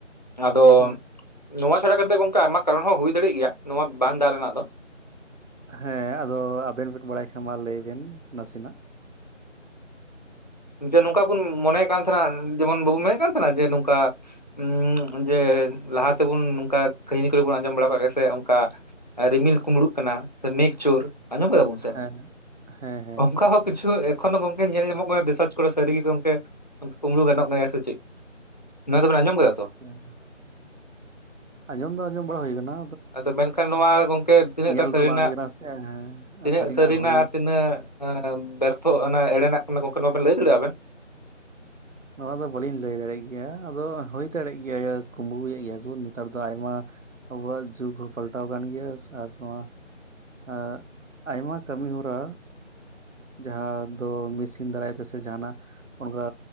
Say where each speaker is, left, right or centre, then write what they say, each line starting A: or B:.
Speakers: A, on the left; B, on the right.
A: ᱟᱫᱚ᱾
B: ᱦᱮᱸ
A: ᱱᱚᱣᱟ ᱪᱷᱟᱰᱟ ᱠᱟᱛᱮ ᱜᱚᱢᱠᱮ ᱟᱭᱢᱟ ᱠᱟᱨᱚᱱ ᱦᱚᱸ ᱦᱩᱭ ᱫᱟᱲᱤᱜ ᱜᱮᱭᱟ ᱱᱚᱣᱟ ᱵᱟᱝ ᱫᱟᱜ ᱨᱮᱱᱟᱜ ᱫᱚ᱾
B: ᱦᱮᱸ ᱟᱫᱚ ᱟᱵᱮᱱ ᱵᱮᱱ ᱵᱟᱲᱟᱭ ᱠᱷᱟᱱ ᱢᱟ ᱞᱟᱹᱭ ᱵᱮᱱ ᱱᱟᱥᱤᱱᱟᱜ᱾
A: ᱡᱮ ᱱᱚᱝᱠᱟ ᱵᱚᱱ ᱢᱚᱱᱮᱭᱮᱜ ᱠᱟᱱ ᱛᱟᱦᱮᱱᱟ ᱡᱮᱢᱚᱱ ᱵᱟᱵᱩᱱ ᱢᱮᱱᱮᱜ ᱠᱟᱱ ᱛᱟᱦᱮᱱᱟ ᱡᱮ ᱱᱩᱝᱠᱟ᱾ ᱩᱸ ᱡᱮ ᱞᱟᱦᱟ ᱛᱮᱵᱚᱱ ᱱᱚᱝᱠᱟ ᱠᱟᱹᱦᱱᱤ ᱠᱚᱨᱮ ᱵᱚᱱ ᱟᱸᱡᱚᱢ ᱵᱟᱲᱟᱣ ᱠᱟᱜ ᱜᱮᱭᱟ ᱥᱮ ᱚᱝᱠᱟ᱾ ᱨᱤᱢᱤᱞ ᱠᱩᱢᱵᱽᱲᱩᱜ ᱠᱟᱱᱟ ᱥᱮ ᱢᱮᱜᱷᱪᱳᱨ᱾ ᱟᱸᱡᱚᱢ ᱠᱟᱫᱟᱵᱩᱱ ᱥᱮ
B: ᱦᱮᱸ ᱦᱮᱸ ᱦᱮᱸ
A: ᱚᱝᱠᱟ ᱦᱚᱸ ᱠᱤᱪᱷᱩ ᱮᱸ ᱮᱠᱷᱚᱱᱳ ᱜᱚᱝᱠᱮ ᱧᱮᱞ ᱧᱟᱢᱚᱜ ᱠᱟᱱᱟ ᱨᱤᱥᱟᱪ ᱠᱚᱨᱮ ᱥᱟᱹᱨᱤᱜᱮ ᱜᱚᱝᱠᱮ ᱠᱩᱢᱵᱽᱲᱩ ᱜᱟᱱᱚᱜ ᱜᱮᱭᱟ ᱥᱮ ᱪᱮᱜ᱾ ᱱᱚᱣᱟ ᱫᱚ ᱵᱤᱱ ᱟᱸᱡᱚᱢ ᱠᱮᱫᱟ ᱛᱚ᱾
B: <unintelligible> ᱟᱸᱡᱚᱢ ᱫᱚ ᱟᱸᱡᱚᱢ ᱵᱟᱲᱟ ᱦᱩᱭ ᱠᱟᱱᱟ᱾
A: ᱟᱫᱚ ᱢᱮᱱᱠᱷᱟᱱ ᱱᱚᱣᱟ ᱜᱚᱝᱠᱮ ᱛᱤᱱᱟᱹᱜᱴᱟ
B: ᱧᱮᱞ
A: ᱥᱟᱹᱨᱤᱱᱟᱜ
B: ᱫᱚ ᱵᱟᱝ ᱦᱩᱭ ᱠᱟᱱᱟ ᱥᱮ ᱦᱮᱸ
A: ᱛᱤᱱᱟᱹᱜ ᱥᱟᱹᱨᱤᱱᱟᱜ
B: ᱦᱩᱭ
A: ᱟᱨ ᱛᱤᱱᱟᱹᱜ᱾ ᱮᱸ ᱵᱮᱨᱛᱷᱚ ᱚᱱᱮ ᱮᱲᱮᱱᱟᱜ ᱠᱟᱱᱟ ᱜᱚᱝᱠᱮ ᱱᱚᱣᱟ ᱵᱮᱱ ᱞᱟᱹᱭ ᱫᱟᱲᱮᱜ ᱟᱵᱮᱱ᱾
B: ᱱᱚᱣᱟ ᱫᱚ ᱵᱟᱹᱞᱤᱧ ᱞᱟᱹᱭ ᱫᱟᱲᱤᱜ ᱜᱮᱭᱟ ᱟᱫᱚ ᱦᱩᱭ ᱫᱟᱲᱮᱜ ᱜᱮᱭᱟ ᱭᱟ ᱠᱩᱢᱵᱽᱲᱩᱭᱮᱜ ᱜᱮᱭᱟ ᱠᱩ ᱱᱮᱛᱟᱨ ᱫᱚ ᱟᱭᱢᱟ᱾ ᱟᱵᱚᱣᱟᱜ ᱡᱩᱜᱽ ᱦᱚᱸ ᱯᱟᱞᱴᱟᱣ ᱠᱟᱱ ᱜᱮᱭᱟ ᱥᱮ ᱟᱨ ᱱᱚᱣᱟ᱾ ᱮᱻ ᱟᱭᱢᱟ ᱠᱟᱹᱢᱤ ᱦᱚᱨᱟ᱾ ᱡᱟᱸᱦᱟ ᱫᱚ ᱢᱮᱥᱤᱱ ᱫᱟᱨᱟᱭ ᱛᱮᱥᱮ ᱡᱟᱸᱦᱟᱱᱟᱜ᱾ ᱚᱱᱠᱟ